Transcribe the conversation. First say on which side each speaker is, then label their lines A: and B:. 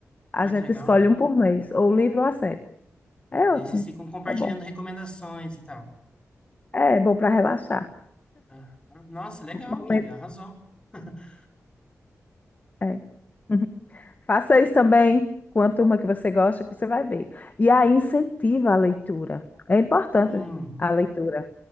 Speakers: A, on the left (about 35°); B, on the left (about 20°).
A: a
B: Ai,
A: gente
B: que legal.
A: escolhe um por mês, ou livro ou a série. É
B: E daí
A: ótimo,
B: vocês ficam compartilhando
A: é bom.
B: recomendações e tal.
A: É, bom para relaxar.
B: Aham. Nossa, legal,
A: Momento-
B: amiga. Arrasou. <laughs>
A: é. <laughs> Faça isso também com a turma que você gosta, que você vai ver. E aí incentiva a leitura. É importante
B: Sim,
A: a leitura.